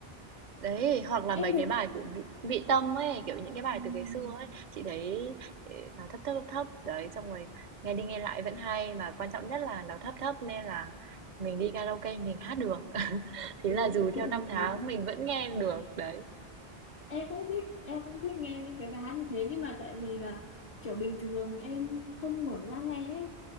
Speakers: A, on the right; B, on the left.
A: Đấy, hoặc là
B: <laughs> em
A: mấy
B: thấy
A: cái bài của Mỹ Mỹ Tâm ấy, kiểu những cái bài
B: ừm,
A: từ ngày xưa ấy, chị thấy, ờ, nó thấp, thấp, thấp, thấp, đấy, xong rồi nghe đi nghe lại vẫn hay, mà quan trọng nhất là nó thấp thấp nên là mình đi karaoke mình hát được. <laughs>
B: đúng
A: Thế là dù
B: cũng
A: theo năm
B: hợp
A: tháng
B: lý
A: mình vẫn nghe được, đấy,
B: em cũng thích em cũng thích nghe những cái bài hát như thế nhưng mà tại vì là kiểu bình thường em không mở ra nghe ấy.